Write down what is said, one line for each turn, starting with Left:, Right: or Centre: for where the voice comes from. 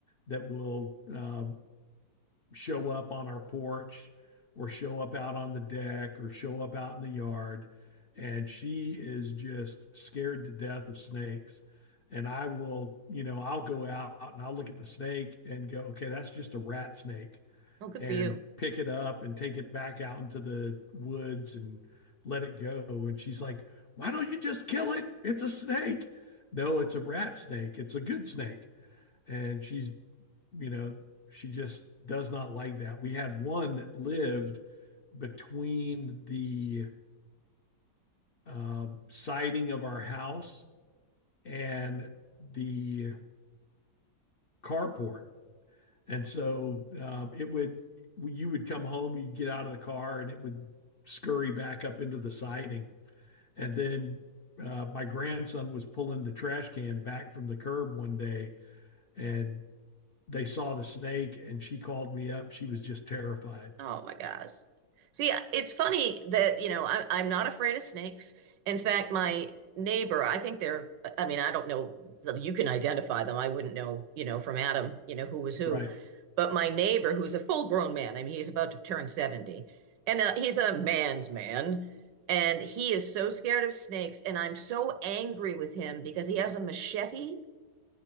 Left: that will um show up on our porch or show up out on the deck or show up out in the yard. And she is just scared to death of snakes. And I will, you know, I'll go out and I'll look at the snake and go, okay, that's just a rat snake,
Right: Oh, good
Left: and
Right: for you.
Left: pick it up and take it back out into the woods and let it go. And she's like, why don't you just kill it? It's a snake. No, it's a rat snake. It's a good snake. And she's you know, she just does not like that. We had one that lived between the uh, siding of our house and the carport. And so um, it would, you would come home, you'd get out of the car, and it would scurry back up into the siding. And then uh, my grandson was pulling the trash can back from the curb one day, and they saw the snake, and she called me up. She was just terrified.
Right: Oh my gosh. See, it's funny that, you know, I, I'm not afraid of snakes. In fact, my neighbor, I think they're, I mean, I don't know that you can identify them. I wouldn't know, you know, from Adam, you know, who was who.
Left: <laughs> Right.
Right: But my neighbor, who's a full grown man, I mean, he's about to turn 70, and uh, he's a man's man. And he is so scared of snakes. And I'm so angry with him because he has a machete